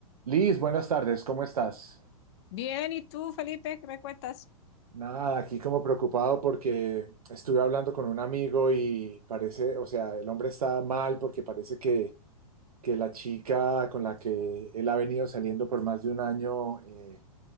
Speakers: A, on the right; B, on the left.
A: Liz, buenas tardes, ¿cómo estás?
B: Bien, ¿y tú, Felipe, qué me cuentas?
A: Nada, aquí como preocupado porque estuve hablando con un amigo y parece, o sea, el hombre está mal porque parece que, que la chica con la que él ha venido saliendo por más de un año eh,